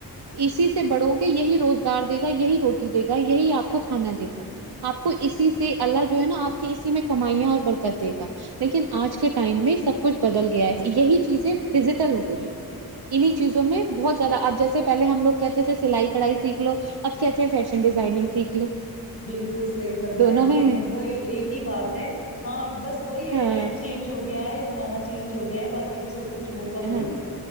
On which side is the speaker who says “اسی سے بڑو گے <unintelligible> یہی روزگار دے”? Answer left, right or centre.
Right